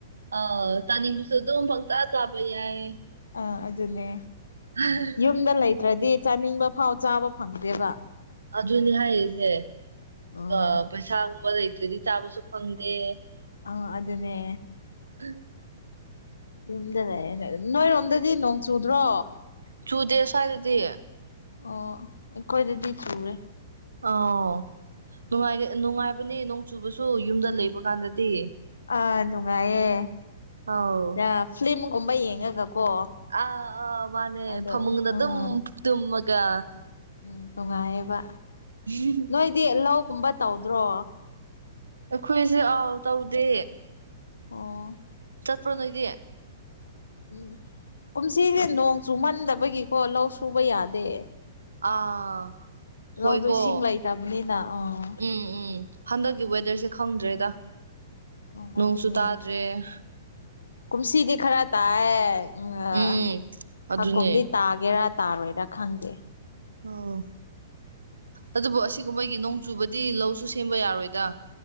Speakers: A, on the right; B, on the left.
A: ꯑꯧ ꯆꯥꯅꯤꯡꯕꯁꯨ ꯑꯗꯨꯝ ꯄꯪꯆꯥ ꯆꯥꯕ ꯌꯥꯏ
B: ꯑꯥ ꯑꯗꯨꯅꯦ
A: <inaudible>
B: ꯌꯨꯝꯗ ꯂꯩꯇ꯭ꯔꯗꯤ ꯆꯥꯅꯤꯡꯕ ꯐꯥꯎ ꯆꯥꯕ ꯐꯪꯗꯦꯕ
A: ꯑꯗꯨꯅꯤ ꯍꯥꯏꯔꯤꯁꯦ ꯑꯗꯨꯒ
B: ꯑꯣ
A: ꯄꯩꯁꯥꯒꯨꯝꯕ ꯂꯩꯇ꯭ꯔꯗꯤ ꯆꯥꯕꯁꯨ ꯐꯪꯗꯦ
B: ꯑ ꯑꯗꯨꯅꯦ
A: <inaudible>
B: ꯌꯨꯝꯗ ꯂꯩ <unintelligible> ꯅꯣꯏꯔꯣꯝꯗꯗꯤ ꯅꯣꯡ ꯆꯨꯗ꯭ꯔꯣ
A: ꯆꯨꯗꯦ ꯁ꯭ꯋꯥꯏꯗꯗꯤ
B: ꯑꯣ ꯑꯩꯈꯣꯏꯗꯗꯤ ꯆꯨꯔꯦ
A: ꯑꯣ ꯅꯨꯡꯉꯥꯏꯒꯦ ꯅꯨꯡꯉꯥꯏꯕꯅꯦ ꯅꯣꯡ ꯆꯨꯕꯁꯨ ꯌꯨꯝꯗ ꯂꯩꯕ ꯀꯥꯟꯗꯗꯤ
B: ꯑꯥ ꯅꯨꯡꯉꯥꯏꯌꯦ
A: ꯑꯥꯎ
B: ꯑꯥ ꯐ꯭ꯂꯤꯝꯒꯨꯝꯕ ꯌꯦꯡꯉꯒꯀꯣ
A: ꯑꯥ ꯑꯥ ꯃꯥꯅꯦ
B: ꯑꯗ
A: ꯐꯃꯨꯡꯗ ꯑꯗꯨꯝ
B: ꯑꯥ
A: ꯇꯨꯝꯃꯒ
B: ꯎꯝ ꯅꯨꯡꯉꯥꯏꯌꯦꯕ
A: <unintelligible>
B: ꯅꯣꯏꯗꯤ ꯂꯧꯀꯨꯝꯕ ꯇꯧꯗ꯭ꯔꯣ
A: ꯑꯩꯈꯣꯏꯁꯤ ꯑꯥꯎ ꯇꯧꯗꯦ
B: ꯑꯣ
A: ꯆꯠꯄ꯭ꯔꯣ ꯅꯣꯏꯗꯤ
B: ꯎꯝ ꯀꯨꯝꯁꯤꯁꯦ ꯅꯣꯡ ꯆꯨꯃꯟꯗꯕꯒꯤꯀꯣ ꯂꯧ ꯁꯨꯕ ꯌꯥꯗꯦ
A: ꯑꯥ
B: ꯂꯧꯗꯣ
A: ꯍꯣꯏꯀꯣ
B: ꯏꯁꯤꯡ ꯂꯩꯇꯕꯅꯤꯅ ꯑꯥ
A: ꯎꯝ ꯎꯝ ꯍꯟꯗꯛꯀꯤ ꯋꯦꯗꯔꯁꯦ ꯈꯪꯗ꯭ꯔꯦꯗ
B: ꯎꯝ
A: ꯅꯣꯡꯁꯨ
B: ꯑꯗꯨꯅꯦ
A: ꯇꯥꯗ꯭ꯔꯦ
B: ꯀꯨꯝꯁꯤꯗꯤ ꯈꯔ ꯇꯥꯏ ꯎꯝ ꯑꯥ
A: ꯎꯝ ꯑꯗꯨꯅꯦ
B: ꯍꯥꯀꯨꯝꯗꯤ ꯇꯥꯒꯦꯔꯥ ꯇꯥꯔꯣꯏꯔꯥ ꯈꯪꯗꯦ
A: ꯑꯣ ꯑꯗꯨꯕꯨ ꯑꯁꯤꯒꯨꯝꯕꯒꯤ ꯅꯣꯡ ꯆꯨꯕꯗꯤ ꯂꯧꯁꯨ ꯁꯦꯝꯕ ꯌꯥꯔꯣꯏꯗ